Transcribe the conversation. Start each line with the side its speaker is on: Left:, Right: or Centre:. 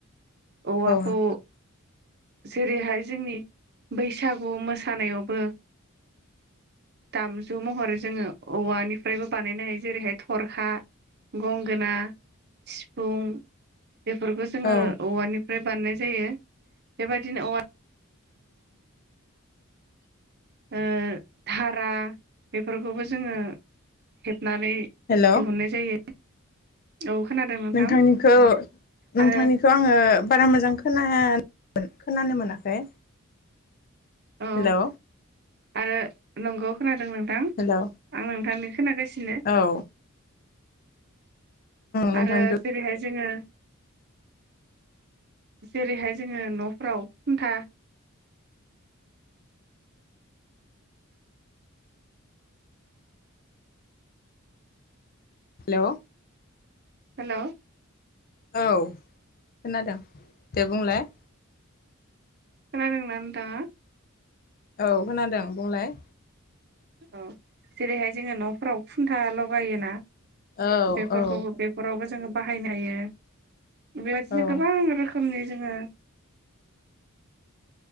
Right: औवाखौ
Left: नोंथां
Right: जेरैहाय जोंनि बैसागु मोसानायावबो दामजु महरै जोङो औवानिफ्रायबो बानायनो हायो जेरैहाय थरखा गंगोना सिफुं बेफोरखौ जोङो
Left: औ
Right: औवानिफ्राय बानाय जायो। बेबायदिनो औवा ओ धारा बेफोरखौबो जोङो हेब नानै
Left: हेल'
Right: दिहुननाय जायो। औ खोनादों नोंथां
Left: नोंथांनिखौ नोंथांनिखौ
Right: आरो
Left: आङो बारा मोजां खोना खोनानो मोनाखै?
Right: औ
Left: हेलौ
Right: आरो नंगौ खोनादों नों थां
Left: हेल' औ
Right: आं नोंथांनि खोनागासिनो
Left: ओं नोंथांनिखौ
Right: आरो जेरैहाय जोङो जेरैहाय जोङो न'फ्राव खुन्था
Left: हेल'
Right: हेलौ।
Left: औ खोनादों दे बुंलाय
Right: खोनादोंना नोंथांङा
Left: औ खोनादों बुंलाय
Right: औ जेरैहाय जोङो न'फोराव खुन्था लगायोना
Left: औ
Right: बेफोरखौबो
Left: औ
Right: बेफोरावबो जोङो बाहायनो हायो। बेबायदिनो
Left: औ
Right: गोबां रोखो खालामनि जोङो